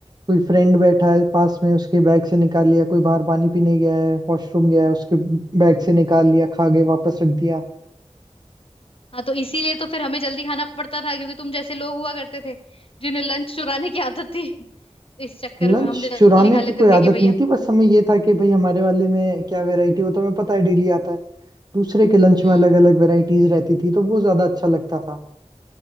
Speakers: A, on the right; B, on the left.
A: कोई फ्रेंड बैठा है पास में उसके बैग से निकाल लिया कोई बाहर पानी पीने गया है वॉशरूम गया है उसके बैग से निकाल लिया खा गए वापस रख दिया
B: हाँ तो इसीलिए तो फिर हमें जल्दी खाना पड़ता था क्योंकि तुम जैसे लोग हुआ करते थे जिन्हें लंच चुराने की आदत थी <laughs> इस चक्कर
A: लंच
B: में हम जल्दी
A: चुराने
B: खा लेते
A: की कोई
B: थे
A: आदत
B: कि भैया
A: नहीं थी बस हमें ये था कि भाई हमारे वाले में क्या वैरायटी वो तो हमें पता है डेली आता है दूसरे के लंच
B: हम्म
A: में अलग अलग वैरायटीज रहती थी तो वो ज्यादा अच्छा लगता था